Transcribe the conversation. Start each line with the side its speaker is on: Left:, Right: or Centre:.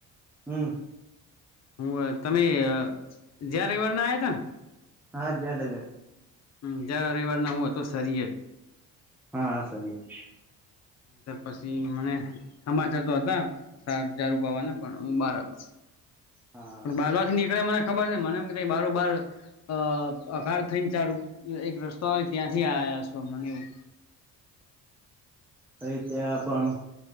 Centre: હમ.
Left: હું તમે ગયા રઇવારના આયાતાન?
Centre: હા, જ્યાં તેં અગર.
Left: હમ, ગયા રવિવારના હું અતો સરીજ.
Centre: હા હા સરીયા.
Left: તો પછી મને હમા જતો હતા <unintelligible> પાવાના પણ હું બાર હતો.
Centre: હા
Left: પણ બાલવા થી નીકળે મને ખબર છે મને એમ કે ત બારું બહાર અ અઘાર થઈને ચાલું એક રસ્તો હોય ત્યાંથી આયા છો મને એવું.
Centre: ભાઈ ત્યાં પણ